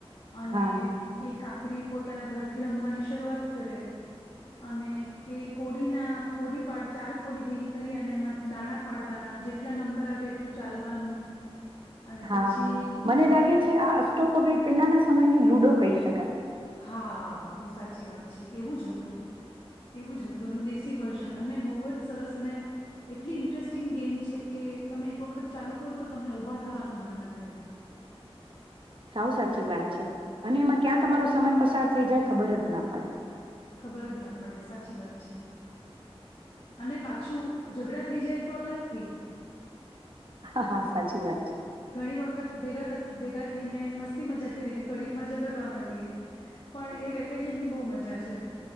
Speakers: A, on the right (about 55°); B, on the left (about 55°).
A: હા
B: અને એ કાંકરી પોતાના ઘરથી રમવાની શરૂઆત કરે અને એ કોડીના કોડીપડ ચાર કોડી ભેગી કરી અને એમાંથી દાણા પાડવાના જેટલા નંબર આવે એટલું ચાલવાનું અને
A: હા
B: પછી
A: મને લાગે
B: એ
A: છે આ અષ્ટોપગડી પેલાના સમયની લુડો કહી શકે ક
B: હા બહુ સાચી વાત છે એવું જ હતું એવું જ હતું એનું દેશી વર્ઝન અને બહુ જ સરસ અને એટલી ઇન્ટરેસ્ટિંગ ગેમ છે કે તમે એક વખત ચાલુ કરો તો તમને ઉઊભા થવાનું મન ન થાય
A: સાવ સાચી વાત છે અને એમાં ક્યાં તમારો સમય પસાર થઈ જાય ખબર જ ના પડે
B: ખબર જ ના પડે સાચી વાત છે અને પાછું ઝઘડા થઈ જાય તો અલગથી
A: હા હા સાચી વાત છે.
B: ઘણી વખત ભેગા થ ભેગા થઈને મસ્તી મજા કરીને કડીક માં ઝડવા માંડીએ પણ એ વેકેશન ની બહુ મજા છે